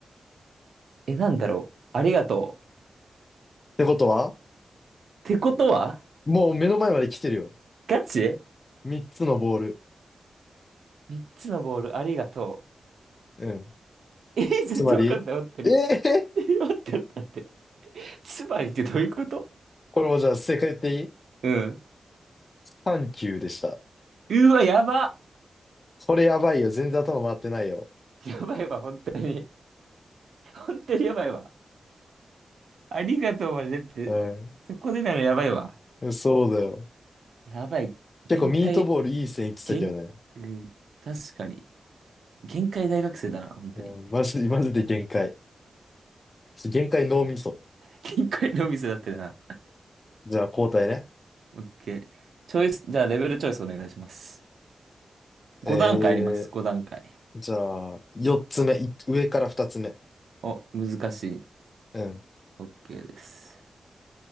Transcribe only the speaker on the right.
え、なんだろう。ありがとう。っ
てことは
ガチ
?3 つのボール、ありがと
う。えー、全然わかんない、
本当に。
えー待って待って待って。つまりってどういうこと
うん。
うわ、やば。
やばいわ、本当に。本当にやばいわ。ありがとうまで、って、
そこでないのやばいわ。
やばい。限界、
限、うん確かに。限界大学生だな、本当に。
限界のお店だってな。
オッケー。チョイス、じゃあレベルチョイスお願いします。5段階あります、
5段階。
お、難しい。
オッケーです。